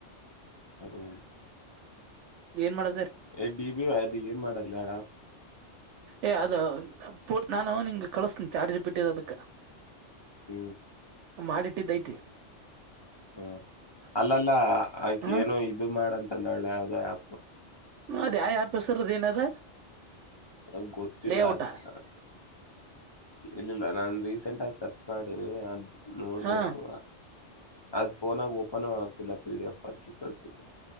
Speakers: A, on the left; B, on the right.
A: ರೂಮ
B: ಏನ್ ಮಾಡ
A: ಎ ಡಿ ಬಿ ಅದು ಏನ್ ಮಾಡದ್ಲ್ಲಾಡ
B: ಏ ಅದ ಪ ನಾನು ನಿಂಗಗೆ ಕಳಸ್ತನಿ ಚಾರ್ಜ್ ಬಿಟ್ಟಿದ್ದ ಅದಕ್ಕೆ
A: ಹ್ಮ
B: ಮಾಡಿಟ್ಟಿದ್ದತಿ
A: ಹ್ಮ ಅಲ್ಲಲ್ಲ ಆಕ
B: ಹಾ
A: ಏನೋ ಇದು ಮಾಡಂತಂದಲ್ಲ ಯಾವ್ದೋ ಆ್ಯಪ್
B: ಅದ ಆ ಆಫೀಸರ್ದ ಏನದ
A: ಅವ ಗೊತ್ತಿಲ್ಲ
B: ಲೇಔಟ
A: ಅ ಇಲ್ಲಿಲ್ಲ ನಾನ್ ರೀಸೆಂಟ್ ಆಗ ಸರ್ಚ್ ಮಾಡೀನಿ ನೋಡ್ಬೇಕು
B: ಹಾ
A: ಅದು ಫೋನಾಗಿ ಓಪನ್ ಆಗ್ತಿಲ್ಲ ಪಿ ಡಿ ಎಫ್ ಹಾಕಿ ಕಳಸಿದ್ದು